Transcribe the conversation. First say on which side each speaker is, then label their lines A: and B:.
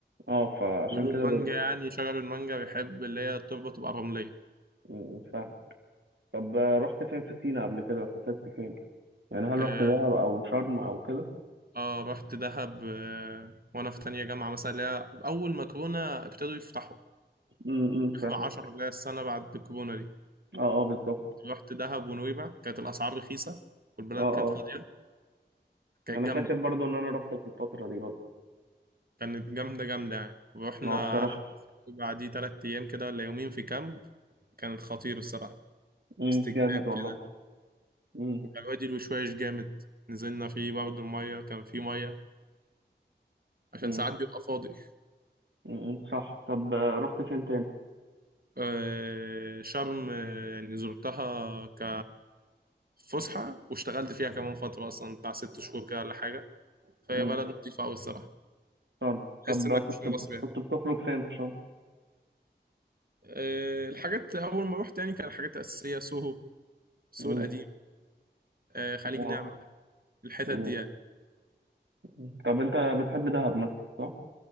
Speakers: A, on the right; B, on the right.
A: اه فعشان
B: بيقولوا
A: كده
B: المانجا
A: بي...
B: يعني شجر المانجا بيحب اللي هي التربه تبقى رمليه
A: م- م، فاهم طب آه، رحت فين في سينا قبل كده سافرت فين يعني هل
B: اه
A: رحت دهب او شرم او كده
B: آه، رحت دهب آه وانا في تانية جامعه مثلا اللي هي اول ما كورونا ابتدوا يفتحوا
A: م- م، فاهم
B: 11 اللي هي السنه بعد الكورونا دي
A: اه اه بالظبط
B: رحت دهب ونويبع كانت الاسعار رخيصه والبلد
A: اه
B: كانت
A: اه
B: فاضيه كانت
A: انا
B: جامده
A: فاكر برضو ان انا رحت في الفتره دي برضو
B: كانت جامده جامده يعني ورحنا
A: اه بصراحه
B: بعديه تلات أيام كده ولا يومين في كامب كانت خطير الصراحة
A: م،
B: استجمام
A: جامد والله
B: كده
A: م-
B: وكان وادي الوشواش جامد نزلنا فيه برضه المية كان فيه مية عشان
A: م.
B: ساعات بيبقى فاضي
A: م- م. صح طب آه، رحت فين تاني
B: آه، شرم آه، يعني زرتها ك فسحة واشتغلت فيها كمان فترة أصلا بتاع ست شهور كده ولا حاجة فهي
A: م.
B: بلد لطيفة أوي الصراحة
A: شرم طب
B: تحس إنك
A: آه، كنت
B: مش في مصر يعني
A: كنت بتخرج فين في شرم
B: آه، الحاجات أول ما روحت يعني كان الحاجات الأساسية سوهو سوق
A: م.
B: القديم آه، خليج
A: آه.
B: نعمة الحتت
A: م.
B: دي يعني
A: م. طب انت بتحب دهب مثلا صح